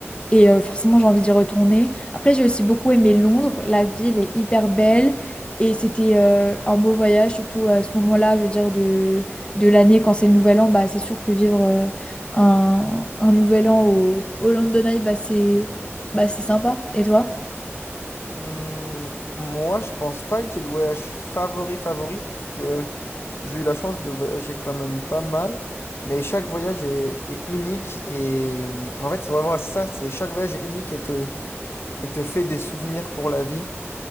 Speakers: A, on the left (about 20°); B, on the left (about 60°).
A: Et euh, forcément, j'ai envie d'y retourner. Après, j'ai aussi beaucoup aimé Londres. La ville est hyper belle. Et c'était euh, un beau voyage, surtout à ce moment-là, je veux dire, de, de l'année, quand c'est le nouvel an. Bah, c'est sûr que vivre euh, un, un nouvel an au, au London Eye, bah, c'est bah, c'est sympa. Et toi?
B: Hmm, moi, je pense pas que j'ai le voyage favori favori, puisque j'ai eu la chance de voyager quand même pas mal. Mais chaque voyage est, est unique et euh, en fait, c'est vraiment ça, c'est chaque voyage est unique et te, et te fait des souvenirs pour la vie.